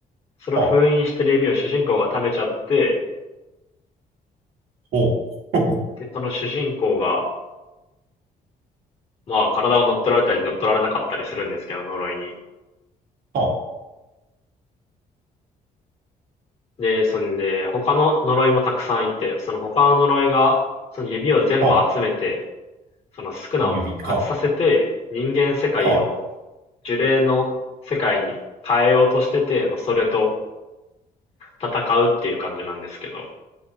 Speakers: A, on the left; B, on the right.
A: それを封印してる指を主人公が食べちゃって、
B: あ、はあ、ほう。ほう、
A: で、その主人公が、まあ体を乗っ取られたり乗っ取られなかったりするんですけど、呪いに。
B: は
A: で、そんで、他の呪いもたくさんいて、その他の呪いが、その指を全部集めて、
B: あ、はあ、
A: そのスクナを復活させて、
B: 指、は
A: 人間世界を
B: あ、はあ。
A: 呪霊の世界に変えようとしてて、まあ、それと戦うっていう感じなんですけど、